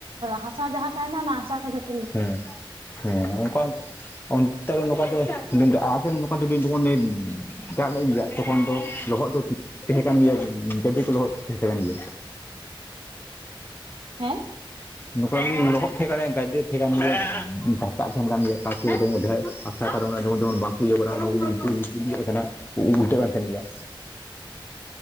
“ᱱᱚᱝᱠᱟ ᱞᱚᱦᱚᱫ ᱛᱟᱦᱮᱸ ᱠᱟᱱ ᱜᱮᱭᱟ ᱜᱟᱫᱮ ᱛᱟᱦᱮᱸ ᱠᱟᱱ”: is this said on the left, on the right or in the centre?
Left